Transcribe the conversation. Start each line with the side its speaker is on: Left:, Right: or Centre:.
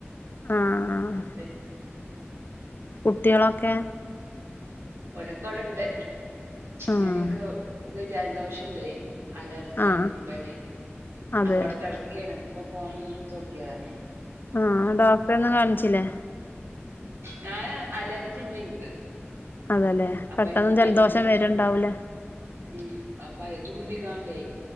Left: ആഹ്
Right: <inaudible>
Left: കുട്ടികളൊക്കെ
Right: ഒല്ഒകൊവടൊണ്ട്
Left: ആഹ്
Right: ഞാൻ എനിക്ക് ഇജലദോഷം ഇണ്ടോയ്. അലർജി
Left: ആഹ്
Right: തുമ്പല്
Left: അതെ
Right: അപ്പൊ അവിടെ കിടക്കയാണ്. അപ്പൊ ഫോണൊന്ന് എടുത്തു നോക്കിയതാണ്.
Left: ആ ഡോക്ടറെ ഒന്നും കാണിച്ചില്ലേ?
Right: ഞാന് അലർജി ഉണ്ട് എനിക്ക്
Left: അതല്ലെ
Right: അപ്പൊ
Left: പെട്ടന്ന്
Right: അതിന്റെ മരുന്ന്
Left: ജലദോഷം
Right: കുടിച്ചു
Left: വരുണ്ടാവൂലേ.
Right: ഉം അപ്പയ തുമ്പിക്കോണ്ടേ